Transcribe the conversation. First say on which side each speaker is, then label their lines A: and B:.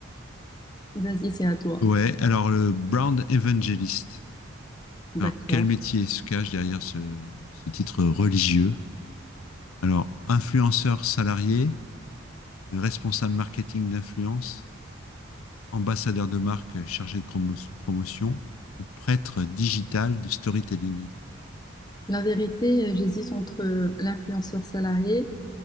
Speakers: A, on the left; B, on the left.
A: Vas-y, c'est à toi.
B: Ouais. Alors le Brown Evangelist. Alors
A: D'accord.
B: quel métier se cache derrière ce, ce titre religieux? Alors influenceur salarié, responsable marketing d'influence, ambassadeur de marque chargé de promo- promotion ou prêtre digital du storytelling?
A: La vérité, euh, j'hésite entre euh, l'influenceur salarié